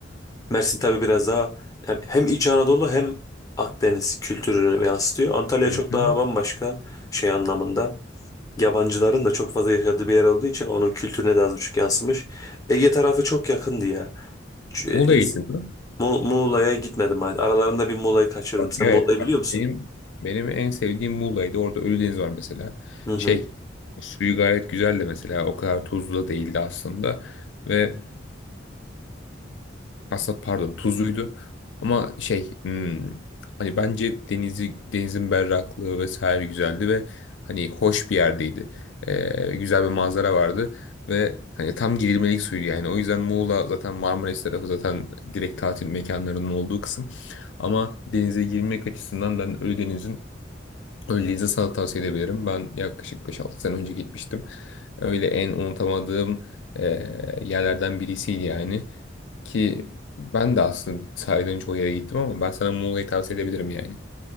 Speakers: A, on the left; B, on the left.
A: Mersin tabii biraz daha hem, hem İç Anadolu hem Akdeniz kültürünü yansıtıyor. Antalya
B: Hı
A: çok
B: hı.
A: daha bambaşka şey anlamında. Yabancıların da çok fazla yaşadığı bir yer olduğu için onun kültürüne de az buçuk yansımış. Ege tarafı çok yakındı ya. Ç- e,
B: Muğla'ya
A: İz-
B: gittin mi?
A: Mu- Muğla'ya gitmedim hadi. Aralarında bir Muğla'yı kaçırdım.
B: Bak,
A: Sen
B: evet,
A: Muğla'yı
B: bak
A: biliyor musun?
B: benim benim en sevdiğim Muğla'ydı. Orada Ölüdeniz var mesela.
A: Hı hı.
B: Şey, suyu gayet güzel de mesela o kadar tuzlu da değildi aslında. Ve Aslında pardon tuzluydu ama şey hmm, hani bence denizi denizin berraklığı vesaire güzeldi ve hani hoş bir yerdeydi. Ee, güzel bir manzara vardı ve hani tam girilmelik suydu yani. O yüzden Muğla zaten Marmaris tarafı zaten direkt tatil mekanlarının olduğu kısım. Ama denize girmek açısından ben Ölüdeniz'in Öyleyse sana tavsiye edebilirim. Ben yaklaşık beş altı sene önce gitmiştim. Öyle en unutamadığım eee, yerlerden birisiydi yani. Ki ben de aslında saydığın çoğu yere gittim ama ben sana Muğla'yı tavsiye edebilirim yani.